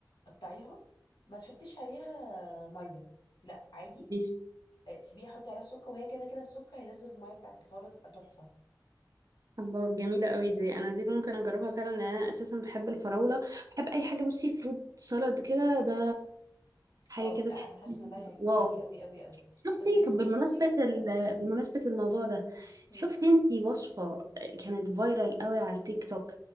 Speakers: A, on the left (about 75°); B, on the right (about 50°).
A: قطعيها ما تحطيش عليها ميه لا عادي
B: دي
A: آه، سيبيه حطي عليها السكر وهي كده كده السكر هينزل الميه بتاعت الفورة تبقى تحفة
B: الله جميله قوي دي انا دي ممكن اجربها فعلا لان انا اساسا بحب الفراوله بحب اي حاجه بصي فروت سلطه كده ده حاجه
A: اه
B: كده
A: لا
B: تحسي
A: انا حاسة ان ده هيعجبك
B: واو
A: قوي قوي قوي قوي
B: شفتي
A: طب بنت
B: طب بمناسبه
A: جبتي سيرة
B: ال-
A: سلمون.
B: بمناسبه الموضوع ده
A: مم.
B: شفتي انتي وصفه كانت فايرال قوي على التيك توك